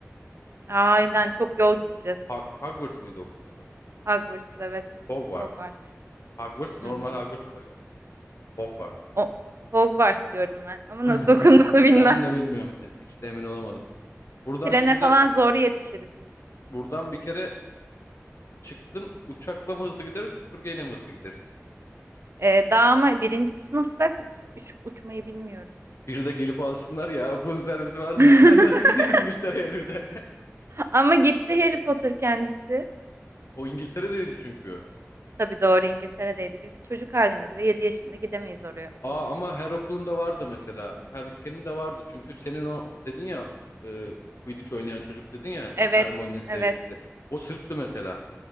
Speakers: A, on the right; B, on the left.
A: Aynen çok yol gideceğiz.
B: Ha- Hogwarts mıydı okulun adı?
A: Hogwarts evet.
B: Hogwarts.
A: Hogwarts.
B: Hogwarts
A: Hı
B: normal
A: hı.
B: Hogwarts var galiba. Hogwarts.
A: O, Hogwarts diyorum ben. Ama
B: <laughs>
A: nasıl okunduğunu <laughs> bilmem.
B: Ben de bilmiyorum. Hiç de emin olamadım. Buradan
A: Trene
B: şimdi
A: falan zor yetişiriz biz.
B: buradan bir kere çıktın uçakla mı hızlı gideriz süpürgeyle mi hızlı gideriz?
A: Ee, daha ama birinci sınıfsak üç- uçmayı bilmiyoruz.
B: Bir de gelip alsınlar ya okulun servisi vardır.
A: <laughs>
B: <laughs> Ben nasıl gideyim İngiltere'ye bir de?
A: Ama gitti Harry Potter kendisi.
B: <laughs> O İngiltere'deydi çünkü.
A: Tabii doğru İngiltere'deydi. Biz çocuk halimizle 7 yaşında gidemeyiz oraya okula.
B: Aa ama her okulun da vardı mesela. Her ülkenin de vardı. Çünkü senin o dedin ya e, Quidditch oynayan çocuk dedin ya
A: Evet,
B: Hermione'nin sevgilisi.
A: evet.
B: O Sırp'tı mesela.